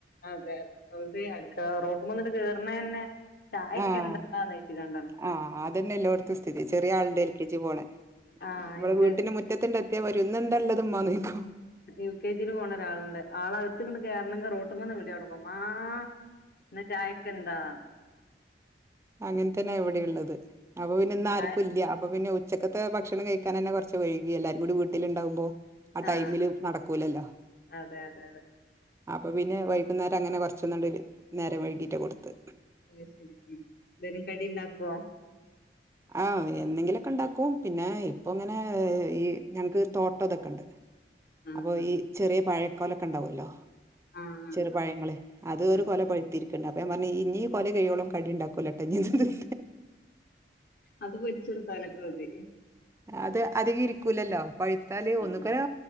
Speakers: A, on the left; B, on the right.
A: അതെ തെ ഓര്അടുക്കളറോട്ട്മന്നന്നെകേറ്ണ തന്നെ ചായക്കെ
B: ആഹ്
A: എന്താ നേച്ച് ട്ടുണ്ടൻ
B: ആഹ് അതന്നെയല്ലോടത്ത സ്ഥിതി ചെറിയ ആളിണ്ട് എൽ കെ ജി പോണെ നമ്മടെ
A: ആഹ് എനിക്ക്
B: വീട്ടിലും മു റ്റത്തി എത്തിയാ വരും ന്ന് എന്താല്ലത് മ്മാചോയ്ക്കും
A: യു കെ ജിയി പോണ ഒരാളുണ്ട് ആള് അകത്ത്ക്ക്ട് കേറണണങ്കി റോട്ടുമ്ന്ന് വിളിോടങ്ങും മാചായക്ക്ന്താ
B: അങ്ങനെത്തന്നാവിടെ ഉള്ളത് അപ്പൊ പിന്നെ ഇന്നു ആർക്കും
A: ചായ
B: ഇല്ല അപ്പൊ പിന്നെ ച്ചക്കത്തെ ഭക്ഷണം കഴിക്കാൻ തന്നെ കുറച്ച് വഴുകി എല്ലാരരുംകൂടി വീട്ടിലുണ്ടാവുമ്പോ അടൈമില്
A: ആഹ്
B: നടക്കൂലല്ലോ
A: അതെ അതെ അതെ
B: അപ്പൊ പിന്നെ വൈകുന്നേരം അങ്ങനെ കൊറച്ചൊന്നുംണ്ട് നേരം വഴുകീട്ട കൊടുത്ത്
A: <unintelligible> രെതലും കടി ഉണ്ടാക്കോ
B: ആഹ് എന്തെങ്കിലുക്കെ ഉണ്ടാക്കും പിന്നെ ഇപ്പൊ അങ്ങനെ ഓ ഈ ഞങ്ങക്ക് തോട്ടം ഇതൊക്കെുണ്ട്
A: ആഹ്
B: അപ്പൊ ഈ ചെറിയ പഴ കൊലൊക്കെ ഉണ്ടാവോല്ലോ
A: ആഹ് ആഹ് ആഹ്
B: ചെറു പഴങ്ങള് അത് ഒരു
A: ഉം
B: കൊല പഴ്ത് രിക്കണ്ട് അപ്പ പറഞ്ഞ് ഇഞ്ഞി കൊല കഴിയോളം കടി ഉണ്ടാക്കുലട്ടോ ഇ <unintelligible>
A: അത് വച്ചടുത്താലൊക്ക മതി
B: അത് അധികം ഇരിക്കൂലല്ലോ പഴുത്താല് ഒന്നകേ
A: ആഹ്